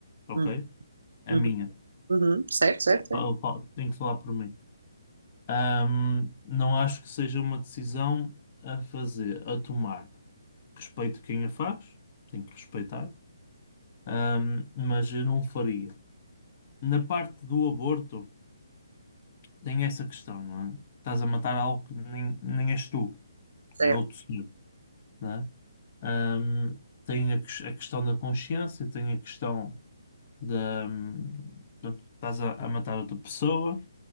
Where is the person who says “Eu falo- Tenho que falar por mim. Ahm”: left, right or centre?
Left